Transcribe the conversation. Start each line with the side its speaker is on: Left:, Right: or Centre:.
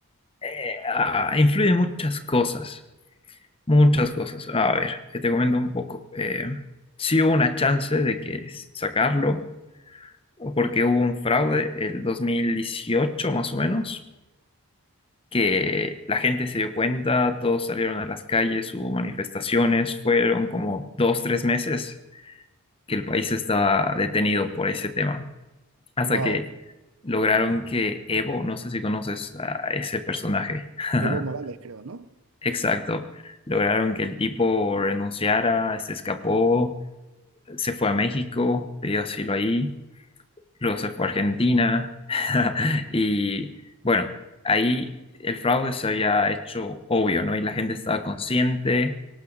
Left: eh, ah, influyen muchas cosas, muchas cosas. A ver, eh, te comento un poco. Eh, sí hubo una chance de que s- sacarlo, porque hubo un fraude el 2018, más o menos, que la gente se dio cuenta, todos salieron a las calles, hubo manifestaciones, fueron como dos, tres meses que el país estaba detenido por ese tema, hasta
Right: Wow,
Left: que lograron que Evo, no sé si conoces a ese personaje, <laughs>
Right: Evo Morales creo, ¿no?
Left: exacto, lograron que el tipo renunciara, se escapó, se fue a México, pidió asilo ahí luego se fue a Argentina <laughs> y bueno, ahí el fraude se había hecho obvio, ¿no? Y la gente estaba consciente,